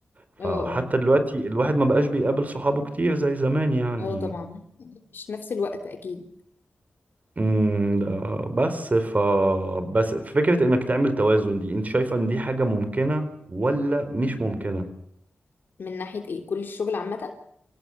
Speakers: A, on the right; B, on the left.
A: فحتى
B: اه اه
A: دلوقتي الواحد ما بقاش بيقابل صحابه كتير زي زمان يعني
B: اه طبعا يعني مش نفس الوقت اكيد
A: امم ده بس ف بس فكرة انك تعمل توازن دي انت شايفة ان دي حاجة ممكنة ولا مش ممكنة
B: من ناحية ايه كل الشغل عامة